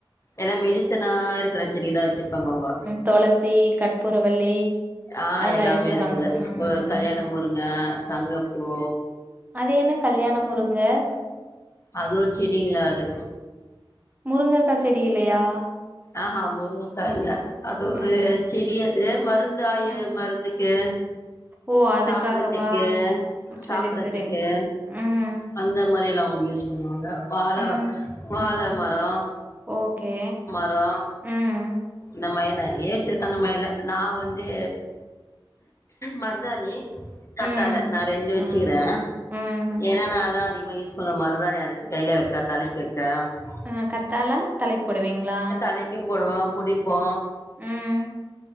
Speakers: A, on the left (about 35°); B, on the right (about 20°).
A: எல்லா மெடிசனா இருக்ற செடிதா வச்சிருப்பாங்க அவுங்க
B: தொளசி கற்பூரவள்ளி
A: ஆ
B: அது
A: எல்லாமே
B: மாரி வச்சிருப்பாங்க
A: இருக்குது
B: ம்
A: ஒரு கல்யாண முருங்க சங்குப்பூ
B: அது என்ன கல்யாண முருங்க
A: அது ஒரு செடிங்க அது
B: முருங்கக்கா செடி இல்லையா
A: ஆஹ முருங்கக்கா இல்ல அது ஒரு
B: ம்
A: செடி அது மருந்து ஆயி
B: ம்
A: மருந்துக்கு
B: ஓ அதுக்காகவா
A: சாப்புட்றதுக்கு சாப்புட்றதுக்கு
B: சரி சரி ம்
A: அந்த மாரி எல்லா அவுங்களுக்கு யூஸ் பண்ணுவாங்க வாழ
B: ம்
A: வாழ
B: ம்
A: மரோ
B: ஓகே
A: அப்றோ
B: ம்
A: இந்த மாரி நெறைய வச்சிருக்காங்க மேல நா வந்து மர்தாணி கத்தாழ
B: ம்.
A: நா ரெண்டு வச்சுக்கிறே
B: ம். ம்.
A: ஏன்னா நா அதா அதிகமா யூஸ் சொல்ல மருதாணி அரச்சு கைல வைக்காத்தாலே <unintelligible>
B: ம் கத்தாழ தலைக் போடுவீங்ளா
A: தலைக்கு போடுவோ குளிப்போ
B: ம்.